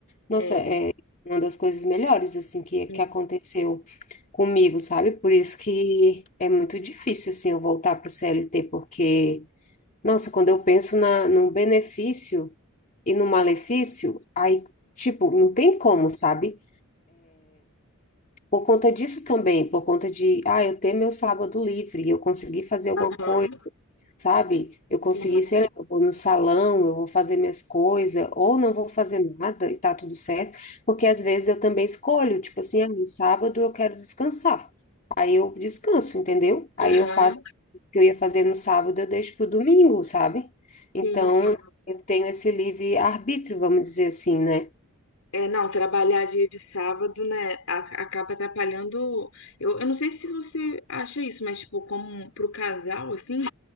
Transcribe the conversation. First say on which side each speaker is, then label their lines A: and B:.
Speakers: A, on the left (about 35°); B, on the left (about 65°).
A: Nossa,
B: <laughs>
A: é uma das coisas melhores, assim, que, que
B: É.
A: aconteceu comigo, sabe? Por isso que é muito difícil, assim, eu voltar para o CLT, porque, nossa, quando eu penso na, no benefício e no malefício, aí, tipo, não tem como, sabe? Por conta disso também, por conta de, ah, eu ter meu sábado livre, eu consegui fazer alguma
B: Aham,
A: coisa, sabe? Eu consegui,
B: sim,
A: sei lá, eu vou no salão, eu vou fazer minhas coisas, ou não vou fazer nada e tá tudo certo, porque às vezes eu também escolho, tipo assim, ah, no sábado eu quero descansar. Aí eu descanso, entendeu? Aí
B: aham,
A: eu faço o que eu ia fazer no sábado, eu deixo pro domingo, sabe? Então,
B: sim, sim.
A: eu tenho esse livre arbítrio, vamos dizer assim, né?
B: É, não, trabalhar dia de sábado, né, a- acaba atrapalhando. Eu, eu não sei se você acha isso, mas, tipo, como pro casal, assim.